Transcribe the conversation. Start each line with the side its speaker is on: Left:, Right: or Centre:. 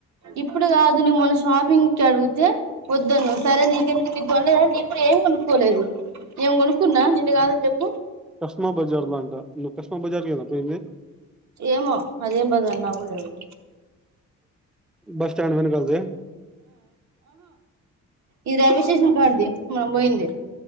Right: ఇప్పుడు కాదు నువ్వు మొన్న షాపింగ్కి అడిగితే వద్దనవ్ సరే నీకెందుకు ఇబ్బంది అని నేను కూడా ఏం కొనుక్కోలేదు నేను కొనుక్కున్నా నిన్ను కాదని చెప్ప
Centre: కస్మా బజార్ బలాంట కస్మా బజార్ క పోయింది
Right: ఏమో అదేం బజార్ నాకు కూడా తెల్వదు
Centre: బస్ స్టాడ్ వె నకల్ద
Right: ఈ రైల్వే స్టేషన్ కడడి మేం పోయింది